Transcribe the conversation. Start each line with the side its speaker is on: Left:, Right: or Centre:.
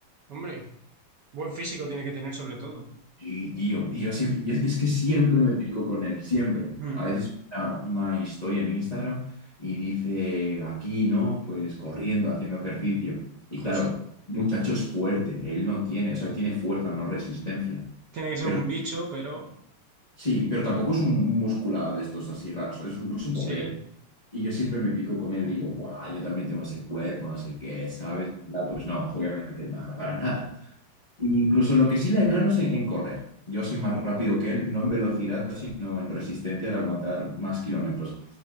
Right: Hombre, buen físico tiene que tener sobre todo.
Left: Sí, tío. Y yo siempre, y es es que siempre me pico con él, siempre.
Right: Mm,
Left: A veces una, una historia en Instagram y dice, aquí, ¿no? Pues corriendo, haciendo ejercicio. Y
Right: justo.
Left: claro, muchacho es fuerte, él no tiene, o sea, él tiene fuerza, no resistencia
Right: Tiene que ser
Left: pero
Right: un bicho, pero
Left: Sí, pero tampoco es un musculado de estos así raros, es un, es un
Right: sí,
Left: bombero. Y yo siempre me pico con él y digo, ¡buah! Yo también tengo ese cuerpo, no sé qué, ¿sabes? No, pues no, obviamente, nada, <laughs> para nada. Incluso lo que sí le gano es en, en correr. Yo soy más rápido que él, no en velocidad, sino en resistencia de aguantar más kilómetros